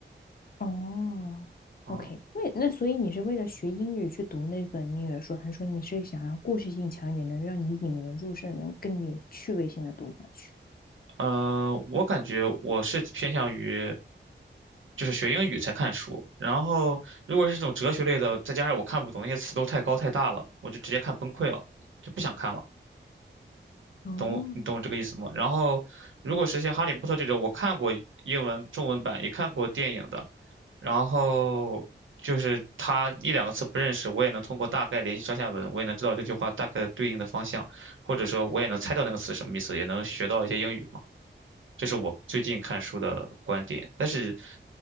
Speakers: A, on the left; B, on the right.
A: 哦，OK，
B: 啊。
A: 那那所以你是为了学英语去读那本英语的书，还是说你是想要故事性强一点，能让你引人入胜，能更有趣味性的读下去？
B: 呃，我感觉我是偏向于就是学英语才看书，然后如果是这种哲学类的，再加上我看不懂那些词都太高太大了，我就直接看崩溃了，就不想看了。
A: 哦，
B: 懂我，你懂我这个意思吗？然后如果是像《哈利波特》这种，我看过英文、中文版，也看过电影的，然后就是他一两个词不认识，我也能通过大概联系上下文，我也能知道这句话大概对应的方向，或者说我也能猜到那个词什么意思，也能学到一些英语嘛。这是我最近看书的观点。但是